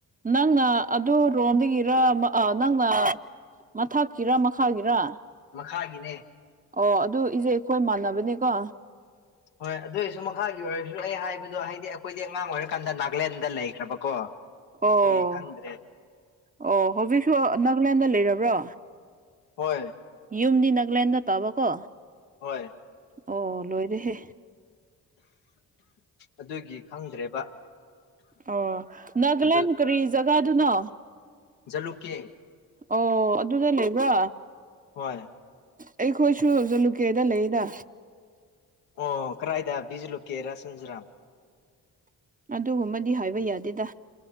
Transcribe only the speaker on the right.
ꯅꯪꯅ ꯑꯗꯨ ꯔꯣꯝꯗꯒꯤꯔ ꯅꯪꯅ ꯃꯊꯛꯀꯤꯔ ꯃꯈꯥꯒꯤꯔꯥ
ꯑꯣ ꯑꯗꯨ ꯏꯁꯦ ꯑꯩꯈꯣꯏ ꯃꯥꯟꯅꯕꯅꯤꯀꯣ
ꯑꯣ
ꯑꯣ ꯍꯧꯖꯤꯛꯁꯨ ꯅꯥꯒꯥꯂꯦꯟꯗ ꯂꯩꯔꯕ꯭ꯔꯣ
ꯌꯨꯝꯗꯤꯅ ꯅꯒ꯭ꯂꯟꯗ ꯇꯕ ꯀꯣ
ꯑꯣ ꯂꯣꯏꯔꯦꯍꯦ
ꯑꯣ ꯅꯥꯒꯂꯦꯟ
ꯀꯔꯤ ꯖꯒꯥꯗꯨꯅꯣ
ꯑꯣ ꯑꯗꯨꯗ ꯂꯩꯕ꯭ꯔꯣ
ꯑꯩꯈꯣꯏꯁꯨ ꯖꯂꯨꯀꯦꯗ ꯂꯩꯌꯦꯗ
ꯑꯗꯨꯒꯨꯝꯕꯗꯤ ꯍꯥꯏꯕ ꯌꯥꯗꯦꯗ